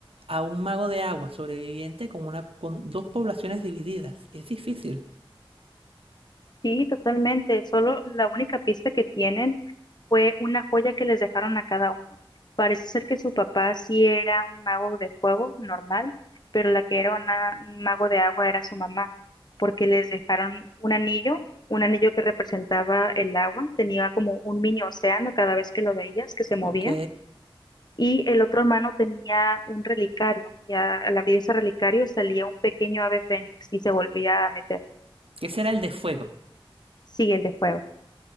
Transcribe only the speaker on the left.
Sí, totalmente. Solo la única pista que tienen fue una joya que les dejaron a cada uno. Parece ser que su papá sí era un mago de fuego normal, pero la que era una- un mago de agua era su mamá, porque les dejaron un anillo, un anillo que representaba el agua, tenía como un mini océano cada vez que lo veías, que se movía,
y el otro hermano tenía un relicario, y a- al abrir ese relicario salía un pequeño ave fénix y se volvía a meter.
Sí, el de fuego.